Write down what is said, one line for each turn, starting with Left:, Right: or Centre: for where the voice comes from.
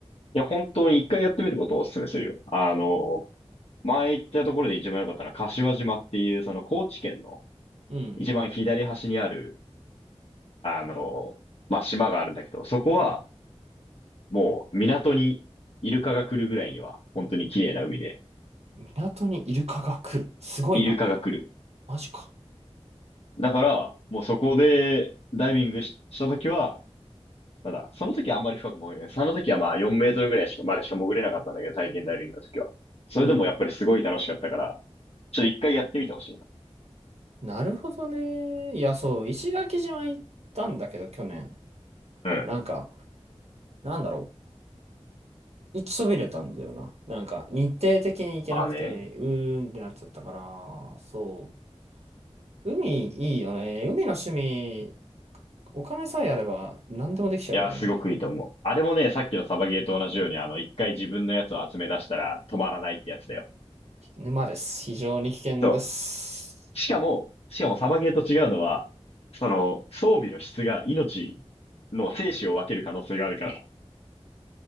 Left: や、本当に一回やってみることをお勧めするよ。あの、前行ったところで一番良かったのは柏島っていう、その高知県の
Right: うん。
Left: 一番左端にある、あの、まあ、島があるんだけど、そこは
Right: うん。
Left: もう港にイルカが来るぐらいには、本当に綺麗な海で、
Right: 港にイルカが来る。すごいな。
Left: イルカが来る。
Right: マジか。
Left: だから、もうそこでダイビングし、したときは、なんだ、その時はあんまり深く潜れない。その時はまあ4メートルぐらいしか、までしか潜れなかったんだけど、体験ダイビングの時は。それでもやっぱりすごい楽しかったから、
Right: うん。
Left: ちょっと一回やってみてほしいな。
Right: なるほどね。いや、そう、石垣島行ったんだけど、去年。
Left: うん。
Right: なんか、なんだろう。行きそびれたんだよな。なんか、日程的に行けなくて、
Left: ああね。
Right: うーんってなっちゃったから、そう。海いいよね。海の趣味、お金さえあれば何でもできちゃうよね。
Left: いや、すごくいいと思う。あれもね、さっきのサバゲーと同じように、あの、一回自分のやつを集め出したら止まらないってやつだよ。
Right: 沼です。非常に危険です。
Left: そう。しかも、しかもサバゲーと違うのは、その、装備の質が命の生死を分ける可能性があるから、